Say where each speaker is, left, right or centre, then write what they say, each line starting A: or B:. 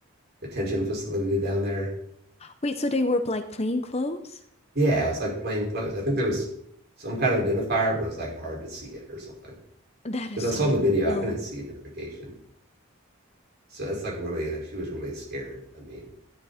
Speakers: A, on the right (about 50°); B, on the left (about 30°).
A: detention facility down there.
B: Wait, so they were like plain clothes?
A: Yeah, it was like plain clothes. I think there was some kind of identifier, but it was like hard to see it or something.
B: That
A: Because
B: is so
A: I saw the
B: illegal.
A: video, I couldn't see identification. So that's like really like she was really scared. I mean,